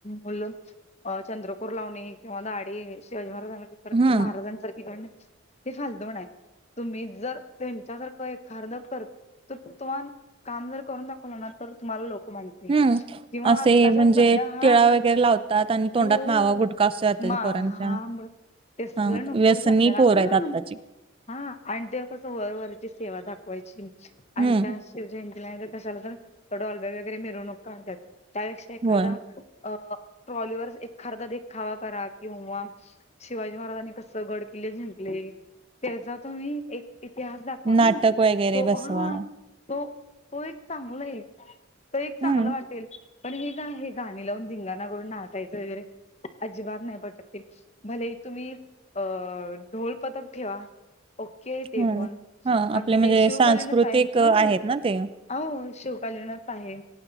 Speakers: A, on the left (about 35°); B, on the right (about 25°).
A: मुलं अ चंद्रकूर लावणे किंवा दाडे शिवजी महाराजांना ते परत
B: हम्म
A: महाराजांसार तिकडंना फालतू पण आहे तुम्ही जर त्यांच्यासारखं एख अर्धा कर त तुम्हान काम जर करून दाखवलं ना तर तुम्हाला लो म्हणते
B: हम्म
A: किंवा
B: असे
A: आत्ताच्या
B: म्हणजे
A: सध्या हा
B: टिळा
A: म
B: वगैरे लावतात आणि तोंडात
A: हो
B: मावा गुटखा असतोय आताच्या
A: मा
B: पोरांच्या
A: हावाम ब तेसला
B: हा
A: नकोच
B: व्यसनी
A: आपल्याला
B: पोर
A: हां.
B: आहेत आत्ताची
A: हा आणि तेव कसं वर-वरची सेवा दाखवायची आणि
B: हम्म
A: त्या अशी शिव जयंतीला नाहीतर कशाला तर तेवढं <unintelligible> वगैरे मिरवणूक काढत्यात त्यापेक्षा एखादा
B: होय
A: अ ट्रॉलीवर एकखरदा देखावा करा किंवा शिवाजी महाराजांनी कस गड किल्ले जिंकले, त्याजा तुम्ही एक इतिहास दाखवा
B: नाटक
A: ना,
B: वगैरे
A: तो
B: बसवा
A: हा तो तो एक चांगल ये. तो एक चांगलं
B: हम्म
A: वाटेल. पण हे का हे गाणी लावून धिंगाणाकडून नाचायचं वगैरे अजिबात नाही पटत ते भले तुम्ही, अ ढोल पथक ठेवा. ओके ते
B: हम्म
A: पण
B: हा
A: कारण
B: आपले
A: की
B: म्हणजे
A: ते शिवकालीनच
B: सांस्कृतिक
A: आहे, हो
B: अ, आहेत ना ते
A: ओ शिव कालीनच आहे